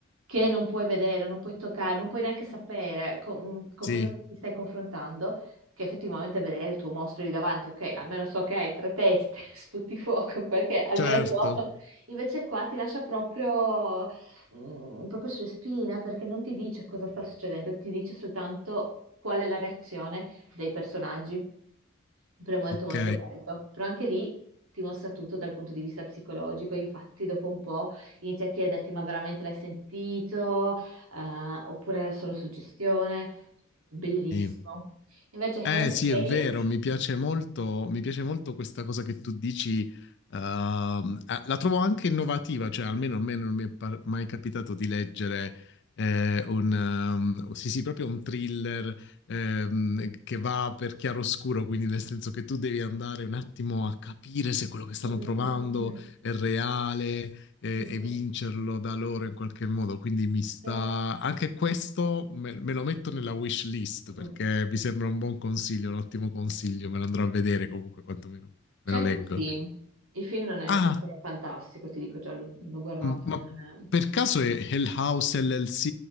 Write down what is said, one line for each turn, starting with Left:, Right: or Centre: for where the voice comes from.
Right: che non puoi vedere, non puoi toccare, non puoi neanche sapere con, con
Left: Sì.
Right: cosa ti stai confrontando, che effettivamente vedere il tuo mostro lì davanti, ok, almeno so che hai tre teste, <laughs> sputi fuoco, quel che è, almeno
Left: Certo.
Right: so. Invece qua ti lascia proprio mm, proprio sulle spine perché non ti dice cosa sta succedendo, ti dice soltanto qual è la reazione dei personaggi. Però è molto
Left: Ok.
Right: molto bello. Però anche lì ti mostra tutto dal punto di vista psicologico. Infatti, dopo un po' inizia a chiederti: ma veramente l'hai sentito? Eh, oppure era solo suggestione? Bellissimo.
Left: Sì.
Right: Invece, Henry
Left: Eh sì,
Right: James.
Left: è vero, mi piace molto, mi piace molto questa cosa che tu dici, ehm, eh, la trovo anche innovativa, cioè almeno a me non mi è par- mai capitato di leggere eh, un, ehm, sì sì, proprio un thriller ehm, che va per chiaroscuro, quindi nel senso che tu devi andare un attimo a capire se quello che stanno
Right: Mm, mm,
Left: provando
Right: mm, mm,
Left: è reale, e,
Right: mm, mm,
Left: e vincerlo
Right: mm,
Left: da loro in qualche modo. Quindi mi sta
Right: eh,
Left: anche questo, me, me lo metto nella wish list perché
Right: mm,
Left: mi sembra un buon consiglio, un ottimo consiglio. Me lo andrò a vedere comunque, quantomeno me
Right: C'è
Left: lo
Right: anche
Left: leggo.
Right: un film. Il film non è
Left: Ah,
Right: proprio fantastico, ti dico già, l'ho l'ho guardato,
Left: mm, ma
Right: non è...
Left: per caso è Hell House LLC